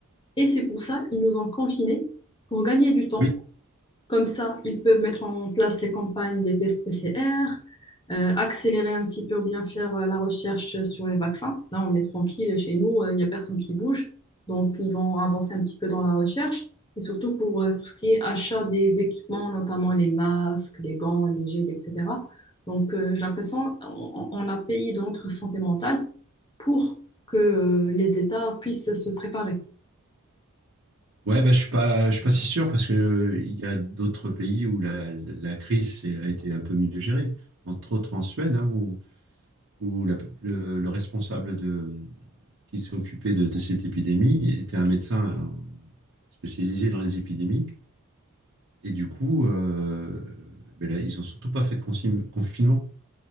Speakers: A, on the left; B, on the right.
A: Et c'est pour ça qu'ils nous ont confinés pour gagner du temps.
B: oui,
A: Comme ça, ils peuvent mettre en place les campagnes des tests PCR, euh, accélérer un petit peu ou bien faire euh, la recherche sur les vaccins. Là, on est tranquille chez nous, il euh, n'y a personne qui bouge. Donc, ils vont avancer un petit peu dans la recherche. Et surtout pour euh, tout ce qui est achat des équipements, notamment les masques, les gants, les gels, etc. Donc, euh, j'ai l'impression on, a payé de notre santé mentale pour que euh, les États puissent se préparer.
B: ouais, bah, je suis pas, je suis pas si sûr parce que euh, il y a d'autres pays où la, la crise est- a été un peu mieux gérée, entre autres en Suède, hein, où, où la- le, le responsable de, qui s'est occupé de, de cette épidémie était un médecin hein, spécialisé dans les épidémies. Et du coup, euh, ben là, ils n'ont surtout pas fait de consi- confinement